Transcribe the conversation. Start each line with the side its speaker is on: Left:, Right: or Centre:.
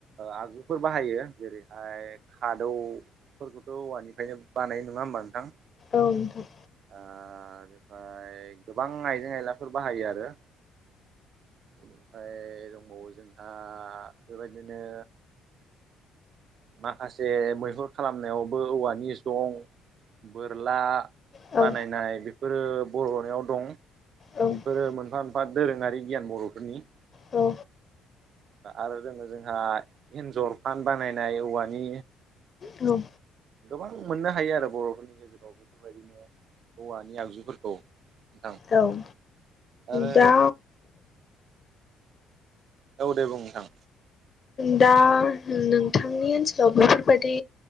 Right: आगजुफोर बाहायो जेरैहाय खादौफोरखौथ' औवानिफ्रायनो बानाय नङा होनोमा नोंथां
Left: औ दं
Right: आ बेनिफ्राय गोबां आइजें आयलाफोर बाहायो आरो बेनिफ्राय दंबावो जोंहा बेबायदिनो माखासे मैहुर खालामनायावबो औवानि जं बोरला
Left: औ
Right: बानायनाय
Left: औ
Right: बेफोरो बर'नियाव दं
Left: औ
Right: बेफोरो मोनफा मोनफा दोरोङारि गियान बर'फोरनि
Left: औ
Right: आरो जोङो जोंहा एन्जर फान बानायनाय औवानि
Left: औ
Right: गोबां मोननो हायो आरो बर'फोरनि गेजेराव बेफोरबायदिनो औवानि आगजुफोरखौ नोंथां
Left: औ
Right: आरो
Left: दा
Right: औ दे बुं नोंथां
Left: दा नोंथांनि ओनसोलाव बेफोरबायदि